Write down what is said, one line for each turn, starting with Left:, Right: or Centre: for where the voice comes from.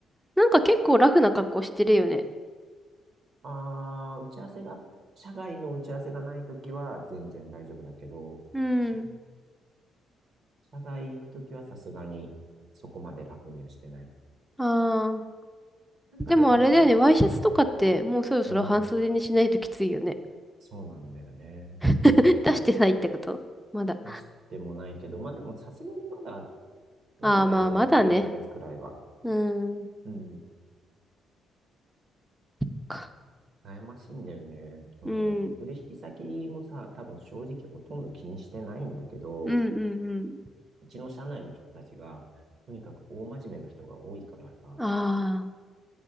Centre: なんか結構ラフな格好してるよね。
Right: あー、打ち合わせが、社外の打ち合わせがないときは全然大丈夫だけど、
Centre: うん。
Right: 社、社外行くときはさすがにそこまでラフにはしてない。
Centre: ああ、
Right: なんかでもさ、
Centre: でもあれだよね、ワイシャツとかってもうそろそろ半袖にしないときついよね。
Right: うん、そうなんだよね。
Centre: <laughs> 出してないってことまだ。
Right: 出してもないけど、まあでもさすがにまだ、まだ大丈夫だよ。
Centre: ああ、まあ、まだね。
Right: あと1ヶ月くらいは。
Centre: うーん。
Right: うん、
Centre: か
Right: 悩ましいんだよね。その、
Centre: うん。
Right: 取引先もさ、多分正直ほとんど気にしてないんだけど、
Centre: うんうんう
Right: うちの社内の人たちが、とにかく大真面目な人が多いからさ、
Centre: ん。ああ、